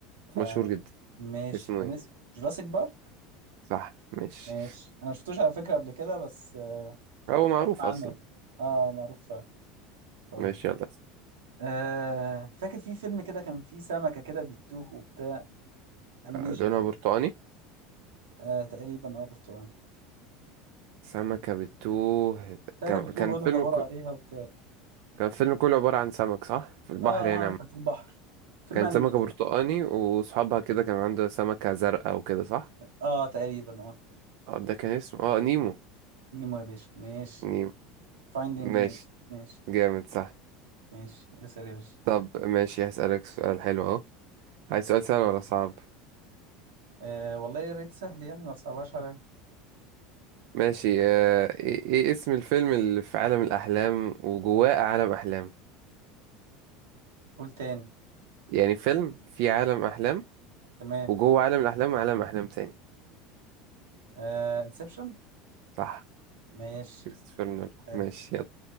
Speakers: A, on the right; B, on the right.
A: مشهور
B: آه
A: جدا
B: ماشي
A: اسمه
B: كان
A: ايه
B: اسمه جوراسيك بارك
A: صح ماشي
B: ماشي انا ما شفتوش على فكره قبل كده بس آه،
A: هو معروف
B: اسمع
A: اصلا
B: عنه يعني. اه معروف فعلا طيب
A: ماشي يلا
B: آه فاكر في فيلم كده كان فيه سمكه كده بيتوه وبتاع انيميشن
A: لونها
B: كده
A: برتقاني
B: آه تقريبا اه برتقالي
A: سمكة بتوه
B: سمكه
A: كان
B: بتوه
A: كان
B: بيقعدوا
A: فيلم
B: يدوروا
A: ك...
B: عليها وبتاع
A: كان فيلم كله عبارة عن سمك صح في البحر
B: اه
A: يعني عم.
B: اه كان في البحر فيلم
A: كان
B: انيميشن
A: سمكة برتقاني وصحابها كده كان عنده سمكة زرقاء وكده صح
B: اه تقريبا اه
A: اه ده كان اسمه اه نيمو
B: نيمو يا باشا ماشي
A: نيمو
B: فايندينج
A: ماشي
B: نيمو ماشي
A: جامد صح
B: ماشي اسال يا باشا
A: طب ماشي هسألك سؤال حلو اهو عايز سؤال سهل ولا صعب
B: آه والله يا ريت سهل يعني ما تصعبهاش عليا
A: ماشي آه، ايه إيه اسم الفيلم اللي في عالم الأحلام وجواه عالم أحلام
B: قول تاني
A: يعني فيلم في عالم أحلام
B: تمام
A: وجوه عالم الأحلام وعالم أحلام تاني
B: آه انسبشن
A: صح
B: ماشي
A: كريستوفر نولان
B: حلو
A: ماشي يلا